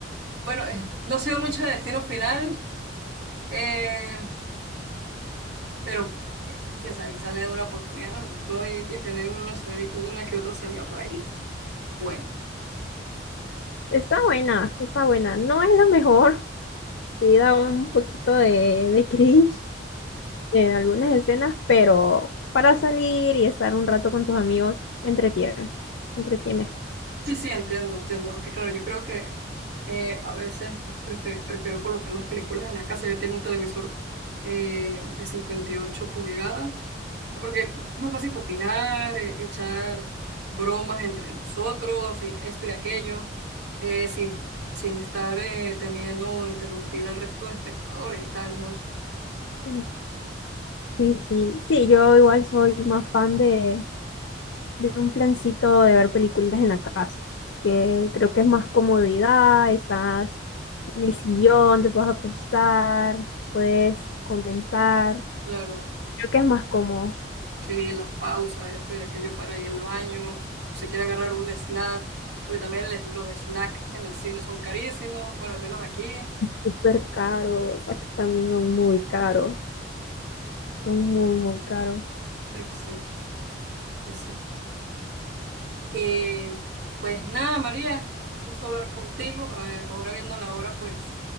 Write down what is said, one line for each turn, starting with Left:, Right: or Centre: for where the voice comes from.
Right: Bueno, eh, no sé mucho de Destino Final, eh, pero ya sabe, quizás le dé una oportunidad, ¿no? Con todo y, y tener uno sali- una que otro salida por ahí. Bueno.
Left: Está buena, está buena. No es la mejor, sí da un poquito de, de cringe en algunas escenas, pero para salir y estar un rato con tus amigos, entretiene, entretiene.
Right: Sí, sí, entiendo, entiendo. Aunque claro, yo creo que eh, a veces prefe- prefiero, colocar las películas en la casa. Yo tengo un televisor eh, de 58 pulgadas, porque es más fácil opinar, eh, echar bromas entre nosotros y esto y aquello, eh, sin, sin estar eh, temiendo interrumpir al resto de espectadores y tal, ¿no?
Left: Sí, sí, sí. Sí, yo igual soy más fan de, de un plancito de ver películas en la casa, que creo que es más comodidad, estás en el sillón, te puedes acostar, puedes comentar,
Right: Claro.
Left: creo que es más cómodo.
Right: Sí, las pausas, este, aquello para ir al baño, o si quiere agarrar un snack, porque también les- los snacks en el cine son carísimos, bueno, al menos aquí.
Left: Súper caros, aquí también son muy caros, son muy, muy caros.
Right: Ay, sí, sí, sí. Eh, pues nada, María, un gusto hablar contigo. A Ahora viendo la hora, pues